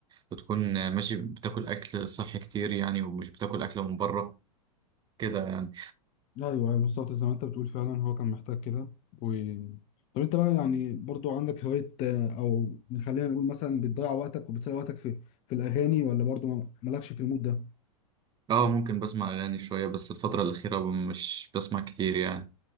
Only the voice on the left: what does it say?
ايوه ايوه بالظبط زي ما انت بتقول فعلا هو كان محتاج كده و... طب انت بقى يعني برضو عندك هواية آه، او خلينا نقول مثلا بتضيع وقتك وبتسلي وقتك في في الاغاني ولا برضو ما- مالكش في المود ده